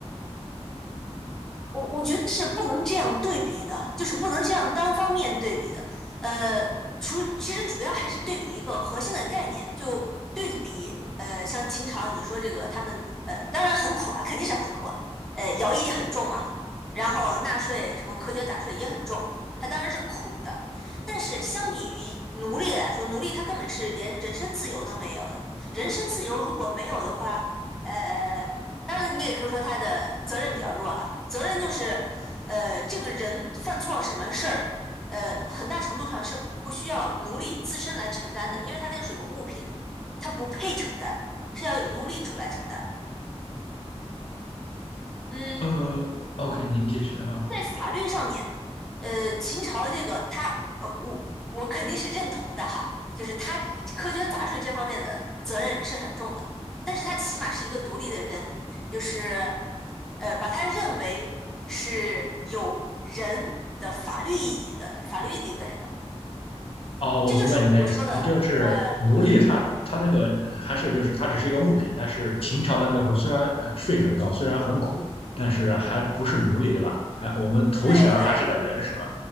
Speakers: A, in the centre; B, on the left.
A: 我我觉得是不能这样对比的，就是不能这样单方面对比的。呃，除其实主要还是对比一个核心的概念，就对比呃，像秦朝你说这个他们呃，当然很苦啊，肯定是很苦啊，呃，徭役也很重嘛，然后纳税什么苛捐杂税也很重，它当然是苦，但是相比于奴隶来说，奴隶他根本是连人身自由都没有的。人身自由如果没有的话，呃，当然你也可以说他的责任比较弱了。责任就是，呃，这个人犯错什么事儿，呃，很大程度上是不需要奴隶自身来承担的，因为他就是个物品，他不配承担，是要有奴隶主来承担的。嗯，
B: 呃，OK，您继续啊。
A: 在法律上面，呃，秦朝的这个他，呃，我我肯定是认同的哈，就是他苛捐杂税这方面的责任是很重的，但是他起码是一个独立的人，就是呃，把他认为是有人的法律意义的法律地位的，
B: 哦，我明白您的意思，
A: 这就是我说的，
B: 你就是奴隶他，
A: 呃，就是
B: 他那个呃还是就是他只是一个物品，但是秦朝的那时候虽然呃税很高，虽然很苦，但是还不是奴隶，对吧？还我们头衔儿还是个人，
A: 对对。
B: 是吧？